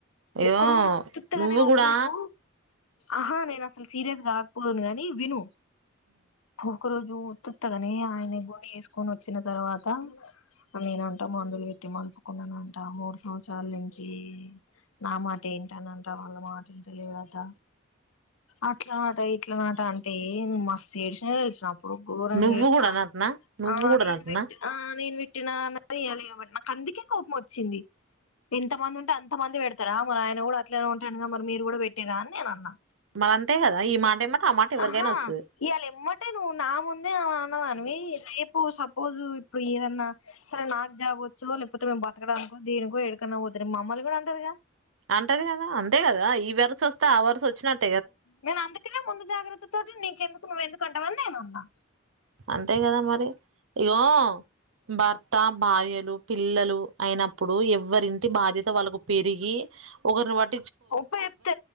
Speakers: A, on the right; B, on the left.
A: అయ్యో
B: ఒకక్క రోజు ఉత్త్తిగానే
A: నువ్వు
B: ఒక
A: కూడా
B: రోజు ఆహా నేను అసలు సీరియస్ గాను ఏమనుకోను గాని విను ఒక రోజు ఉత్తుత్తిగానే ఆయన గుండ చేసుకొని వచ్చిన తర్వాత నేనంటా మందు పెట్టి మలుపుకున్నానంట మూడు సంవత్సరాల నుంచి నా మాటే వింటుంది అంట వాళ్ళ మాట వింటలేడంట అట్లా నాట ఇట్ల నాట అంటే మస్తు ఏడ్సిన తెలుసా గోరంగి
A: నువ్వు
B: ఏడ్చిన
A: కూడా నటనా నువ్వు
B: ఆ
A: కూడా
B: నేను
A: నటనా
B: పెట్టి ఆ నేను పెట్టి పట్టిన అన్నది <unintelligible> నాకు అందుకే కోపం వచ్చింది ఎంతమంది ఉంటే అంత మంది పెడతారా మరి ఆయన కూడా అట్లానే ఉంటాడుగా మరి మీరు కూడా పెట్టేరా అని నేను అన్నా
A: మరి అంతే కదా ఈ మాట ఏమాట ఆ మాట ఎవరికైనా
B: ఆహా
A: వస్తది
B: ఇవాళ ఏమ్మటే నువ్వు నా ముందే నివి రేపు సపోజ్ ఇప్పుడు ఏదన్నా సరే నాకు జాబ్ వచో లేకపోతే మేము బ దేనికో ఎక్కడికైనా పోతే రేపు మమ్మల్ని కూడా అంటదిగా
A: అంటది కదా అంతే కదా ఈ వరస వస్తే ఆ వరస వచ్చినట్టు
B: నేను అందుకనే ముందు జాగ్రత్త తోటి నీకెందుకు నువ్వెందుకు అంటావని నేను అనా
A: అంతే కదా మరి ఇగో బత అత్త భార్యలు పిల్లలు అయినప్పుడు ఎవరింటి బాధ్యత వాళ్ళకు పెరిగి ఒకరిని పట్
B: ఉప ఎత్